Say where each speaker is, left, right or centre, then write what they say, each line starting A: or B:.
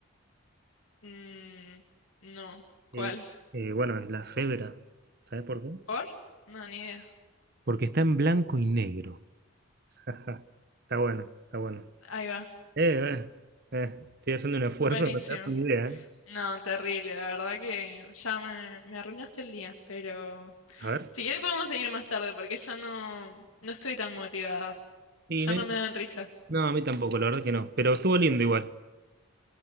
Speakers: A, on the left; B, on the right.
A: Mm, no. ¿Cuál?
B: Eh, eh, bueno, es la cebra. ¿Sabés por qué?
A: ¿Por? No, ni idea.
B: Porque está en blanco y negro. Ajá. Está bueno, está bueno.
A: Ahí va.
B: Eh, eh, eh, estoy haciendo un esfuerzo,
A: Buenísimo.
B: no te das una idea, ¿eh?
A: No, terrible. La verdad que ya me, me arruinaste el día. Pero
B: A ver.
A: si quieres podemos seguir más tarde porque ya no, no estoy tan motivada.
B: Y
A: Ya
B: me-
A: no me dan risa.
B: no, a mí tampoco, la verdad que no. Pero estuvo lindo igual.